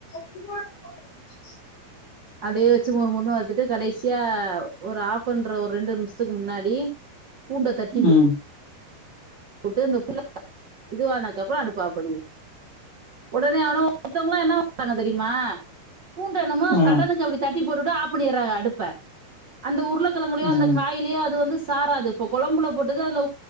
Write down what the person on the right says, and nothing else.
அப்டியே வச்சு மொரு மொருணு வறுத்துட்டு கடைசியா ஒரு ஆஃப் பண்ற ஒரு ரெண்டு நிமிஷத்துக்கு முன்னாடி பூண்ட தட்டி போட்
டு இந்த புள்ள இதுவானதுக்கப்பறம் அடுப்ப ஆப் பண்ணிடு உடனே வேற ஒருத்தவங்களா இருந்தா என்னா பண்ணுவாங்க தெரியுமா பூண்ட என்னமோ
கடனுக்கு அப்டித் தட்டி போட்டுட்டு ஆப் பண்ணிறாங்க அடுப்ப அந்த உருளைக்கெழங்கலியோ
அந்த காய்லியோ அது வந்து சாராது இப்போ கொழம்புல போட்டது அது